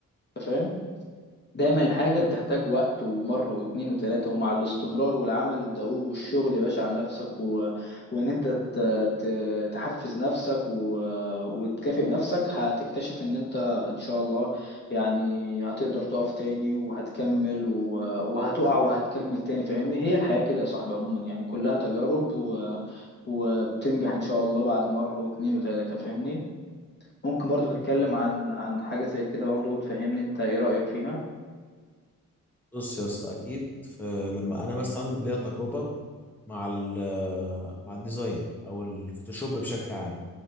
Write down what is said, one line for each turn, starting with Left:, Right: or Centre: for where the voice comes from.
Left: انت فاهم دايما الحاجة
Centre: أكيد
Left: بتحتاج وقت ومرة واتنين وتلاتة ومع الاستمرار والعمل الدؤوب والشغل يا باشا على نفسك و... وإن أنت ت... ت... تحفز نفسك و... وتكافئ نفسك هتكتشف إن أنت إن شاء الله يعني هتقدر تقف تاني وهتكمل و... وهتقع وهتكمل تاني فاهمني هي الحياة كده يا صاحبي عموما يعني كلها تجارب و... وبتنجح إن شاء الله بعد مرة واتنين وتلاتة فاهمني ممكن برضو تتكلم
Centre: أكيد طبعاً.
Left: عن عن حاجة زي كده برضو وتفهمني أنت إيه رأيك فيها؟
Centre: بص يا اسطى اكيد فلما انا مثلا ليا تجربه مع ال مع الديزاين او الفوتوشوب بشكل عام